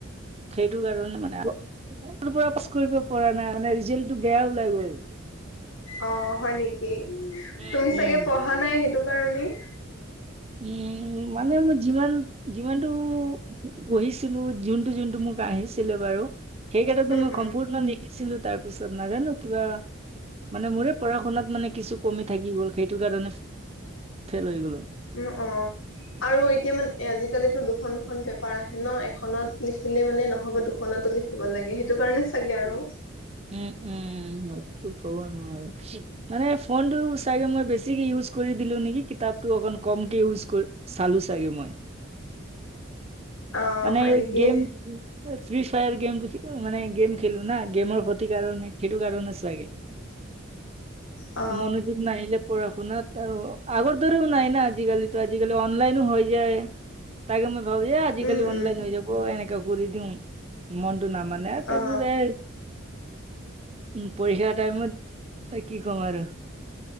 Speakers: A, on the right; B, on the left.
A: সেইটো কাৰণে মানে পৰা পাছ কৰিব পৰা নাই, মানে ৰিজাল্টটো বেয়া ওলাই গ'ল।
B: অ, হয় নেকি!
A: উম,
B: তুমি চাগে পঢ়া নাই, সেইটো কাৰণেই।
A: উম, মানে মোৰ যিমান-যিমানটো পঢ়িছিলো, যোনটো-যোনটো মোক আহিছিলে বাৰু, সেইকেইটাতো
B: উম
A: মই
B: উম
A: সম্পূৰ্ণ লিখি ছিলো, তাৰ পিছত নাজানো কিবা, মানে মোৰে পঢ়া-শুনাত মানে কিছু কমি থাকি গ'ল, সেইটো কাৰণে ফেল হৈ গ'লো।
B: উম, অ। আৰু এতিয়া মানে আজিকালিতো দুখন- দুখন পেপাৰ আহে ন, এখনত লিখিলে মানে নহ'ব, দুখনতো লিখ খিব লাগে, সেইটো কাৰণে চাগে আৰু।
A: উম, উম, <unintelligible> মানে ফোনটো চাগে মই বেছিকে ইউজ কৰি দিলো নেকি, কিতাপটো অকন কমকে ইউজ কৰি চালো চাগে মই।
B: <inaudible> অ
A: মানে
B: হয়
A: এই
B: নেকি
A: গেম ফ্ৰী-ফায়াৰ গেমটো, মানে গেম খেলো না, গেমৰ ক্ষতি কাৰণে সেইটো কাৰণে চাগে।
B: অ
A: মনোযোগ নাহিলে পঢ়া-শুনাত আৰু আগৰ দৰেও নাই না, আজিকালি, আজিকালি অনলাইনো হৈ যায়। তাকে মই ভাবো যে আজিকালি
B: উম উম
A: অনলাইন হৈ যাব, এনেকা কৰি দিও, মনটো নামানে। তাৰপিছত
B: অ
A: এ, উম, পৰীক্ষা টাইমত কি ক'ম আৰু।